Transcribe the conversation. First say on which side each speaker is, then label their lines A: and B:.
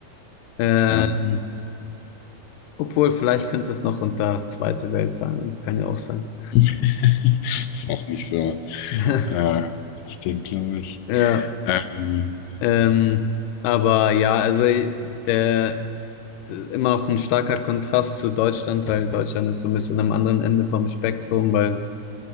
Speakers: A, on the left; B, on the left.
A: Ähm,
B: Ja.
A: obwohl, vielleicht könnte es noch unter Zweite Welt fallen. Kann ja auch sein.
B: <laughs> Ist auch nicht so
A: <laughs>
B: äh, richtig, glaube ich.
A: Ja,
B: Ähm,
A: ähm, aber ja, also der, immer auch ein starker Kontrast zu Deutschland, weil Deutschland ist so ein bisschen am anderen Ende vom Spektrum, weil